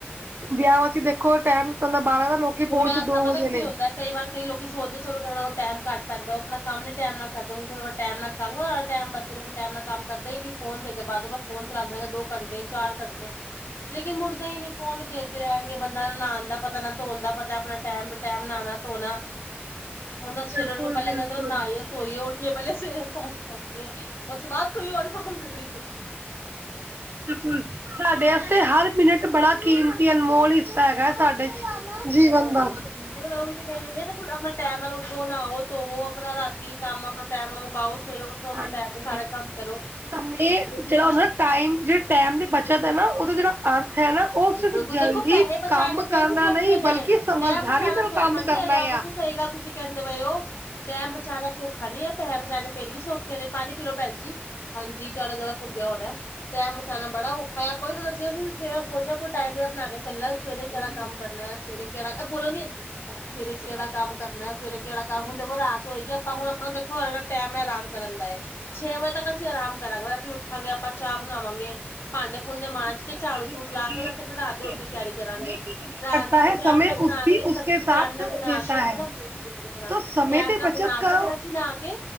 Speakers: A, on the right; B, on the left.
A: ਵਿਆਵਾਂ 'ਚ ਦੇਖੋ ਟਾਈਮ ਤਾ ਹੁੰਦਾ ਬਾਰਾਂ ਦਾ, ਲੋਕੀ ਪਹੁੰਚ
B: ਹੁਣ ਮੈਂ ਐਸਾ
A: ਦੋ
B: ਪਤਾ
A: ਵਜੇ
B: ਕੀ
A: ਨੇ।
B: ਹੁੰਦਾ ਕਈ ਵਾਰ ਕਈ ਲੋਕੀ ਸੋਚਦੇ ਚਲੋ ਇਹਨਾ ਕੋਲ ਟਾਈਮ ਘੱਟ ਪੈਂਦਾ, ਉਹ ਆਪਣਾ ਕੰਮ ਨੀ ਟਾਈਮ ਨਾਲ ਕਰਦੇ ਹੁਣ ਫਿਰ ਆਪਣਾ ਟਾਈਮ ਨਾਲ ਤਾਈਉ ਏ ਟਾਈਮ ਬੱਚੇ ਲੋਕ ਟਾਈਮ ਨਾਲ ਕੰਮ ਕਰਦੇ ਹੀ ਨੀ, ਫੋਨ ਦੇ ਕੇ ਬਹਾ ਦੋ ਬਸ ਫੋਨ ਚਲਾਉਂਦੇ ਰਹੇਗੇ ਦੋ ਘੰਟੇ ਚਾਰ ਘੰਟੇ। ਲੇਕਿਨ ਮੁੜਦੇ ਹੀ ਨੀ ਫੋਨ ਹੀ ਦੇਖਦੇ ਰਹਿਣਗੇ ਬੰਦਾ ਨੂੰ ਨਹਾਣ ਦਾ ਪਤਾ ਨਾ ਧੋਣ ਦਾ ਪਤਾ ਆਪਣਾ ਟੈਮ ਬ ਟੈਮ ਨਹਾਣਾ ਧੋਣਾ, ਹੁਣ ਸਵੇਰੇ
A: ਬਿਲਕੁਲ
B: ਉੱਠ ਕੇ ਪਹਿਲਾਂ
A: ਬਿਲਕੁਲ
B: ਕਹਿੰਦੇ ਨਾਹ ਧੋਈਏ, ਉੱਠਏ, ਪਹਿਲੇ ਸਵੇਰੇ ਕੰਮ ਕਰੀਏ, ਉਸ ਤੋਂ ਬਾਅਦ ਕੋਈ ਔਰ ਕੰਮ ਕਰੀਏ।
A: ਬਿਲਕੁਲ, ਤੁਹਾਡੇ ਆਸਤੇ ਹਰ ਮਿੰਟ ਬੜਾ ਕੀਮਤੀ ਏ ਅਨਮੋਲ ਹਿ ਸਾਡਾ ਤੁਹਾਡਾ ਜੀਵਨ ਦਾ।
B: ਵੀ ਤੇ ਕਹਿਨੀ ਪਈ ਆਪਣਾ ਟੈਮ ਆ ਉੱਠੋ ਨਹਾਓ ਧੋਵੋ ਆਪਣਾ ਰਾਤੀ ਕੰਮ ਆਪਣਾ ਟੈਮ ਆ ਮੁਕਾਓ। ਸਵੇਰੇ ਉੱਠੋ ਆਪਣਾ
A: ਹਾਂਜੀ,
B: ਟਾਈਮ ਨਾਲ ਸਾਰਾ ਕੰਮ ਕਰੋ
A: ਸਮੇ
B: ਲੇਕਿਨ
A: ਜਿਹੜਾ
B: ਉਹ
A: ਹੁੰਦਾ ਟਾਈਮ ਜਿਹੜੀ ਟਾਈਮ ਦੀ ਬੱਚਤ ਨਾ ਉਹਦਾ ਜਿਹੜਾ ਅਰਥ ਹੈ ਨਾ ਉਹ
B: ਬਿਲਕੁਲ
A: ਸਿਰਫ਼ ਜਲਦੀ
B: ਦੇਖੋ ਪੈਹੇ ਬਚਾਣੇ
A: ਕੰਮ
B: ਫੇਰ
A: ਕਰਨਾ
B: ਵੀ ਸੌਖੇ
A: ਨਹੀਂ
B: ਨੇ
A: ਬਲਕਿ ਸਮਝਦਾਰੀ
B: ਟੈਮ ਬਚਾਣਾ
A: ਨਾਲ
B: ਸੌਖਾ
A: ਕੰਮ
B: ਨੀ
A: ਕਰਨਾ
B: ਹੈਗਾ, ਬਿਲਕੁਲ
A: ਆ
B: ਸਹੀ ਗੱਲ ਤੁਸੀਂ ਕਹਿੰਦੇ ਪਏ ਔ ਟਾਈਮ ਬਚਾਉਣਾ ਸੌਖਾ ਨੀ ਹੈ, ਪੈਸੇ ਬਚਾਣੇ ਫੇਰ ਵੀ ਸੌਖੇ ਨੇ, ਪਾਣੀ ਪੀਲੋ ਭੈਣ ਜੀ। ਹਾਂਜੀ, ਤੁਹਾਡਾ ਗਲਾ ਸੁਕ ਗਿਆ ਹੋਣਾ ਟੈਮ ਬਚਾਉਣਾ ਬੜਾ ਔਖਾ ਹੈ ਵੀ ਤਾਂ ਦੱਸਿਆ ਸੀ। ਸਵੇਰੇ ਸੋਚ ਪੂ ਟਾਈਮ ਬਣਾ ਕੇ ਚੱਲ ਸਵੇਰੇ ਕਿਹੜਾ ਕੰਮ ਕਰਨਾ ਹੈ ਸਵੇਰੇ ਕਿੜਾ ਬੋਲਣੀ ਆਂਦੀ ਸਵੇਰੇ ਕਿਹੜਾ ਕੰਮ ਕਰਨਾ ਸਵੇਰੇ ਕਿੜਾ ਕੰਮ ਹੁਣ ਦੇਖੋ ਰਾਤ ਹੋਏਗੀ, ਆਪਾਂ ਹੁਣ ਆਪਣਾ ਦੇਖੋ ਜਿਹੜਾ ਟਾਈਮ ਹੈ ਆਰਾਮ ਕਰਨ ਦਾ ਹੈ। ਛੇ ਵਜੇ ਤੱਕ ਅਸੀਂ ਆਰਾਮ ਕਰਾਂਗੇ, ਉੱਠਾਂਗੇ ਆਪਾਂ, ਚਾਹ ਬਣਾਵਾਂਗੇ, ਭਾਂਡੇ ਭੂੰਡੇ ਮਾਂਜ
A: ਕਹਾਵਤ
B: ਕੇ ਝਾੜੂ ਝੂੜੂ ਲਾ
A: ਹੈਗੀ
B: ਕੇ ਵੈਸੇ
A: ਹੈ ਕਿ
B: ਆਪਣੇ
A: ਜੋ
B: ਰਾਤ ਦੀ ਰੋਟੀ
A: ਵਿਅਕਤੀ
B: ਦੀ ਤਿਆਰੀ ਕਰਾਂਗੇ,
A: ਸਮੇਂ ਕੀ ਕਦਰ
B: ਰਾਤ
A: ਕਰਤਾ
B: ਦੀ ਰੋ
A: ਹੈ
B: ਟਹਿਮ
A: ਸਮੇਂ
B: ਨਾਲ ਬਣਾ
A: ਉਸ
B: ਕੇ
A: ਉਸਕੇ
B: ਟੈਮ
A: ਸਾਥ
B: ਨਾਲ ਬਣਾ
A: ਦੇਤਾ
B: ਕੇ ਆਪਣਾ
A: ਹੈ
B: ਬੁਰਸ਼ ਦੇ ਮੇਰਾ
A: ਤੋ ਸਮੇਂ
B: ਟਾਈਮ
A: ਦੀ
B: ਨਾ
A: ਬੱਚਤ
B: ਬਣਾਕੇ
A: ਕਰੋ।
B: ਫਿਰ ਅਸੀਂ ਨਹਾਕੇ